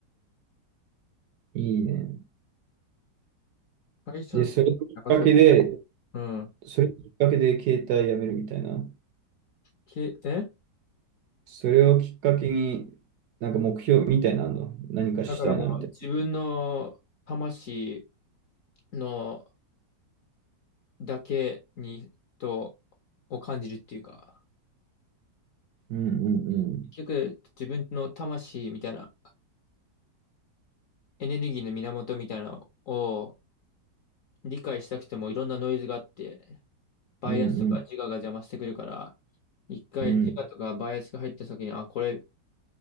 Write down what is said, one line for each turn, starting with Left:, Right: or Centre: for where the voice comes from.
Right: いいね。
Left: 最初のステップ、
Right: で、それをきっかけで、
Left: やっぱそうだ。うん。
Right: それをきっかけで携帯やめるみたいな。
Left: け、え
Right: それをきっかけに、なんか目標みたいなのあんの、何かしたいなみたい
Left: だからもう自分の魂のだけにとを感じるっていうか、
Right: な。うんうんうん。
Left: 結局自分の魂みたいなエネルギーの源みたいなのを理解したくてもいろんなノイズがあって、バイアスとか自我が邪魔してくるから、
Right: うん
Left: 一回自我とかバイアスが入った時に、
Right: うんうん。
Left: あ、これ、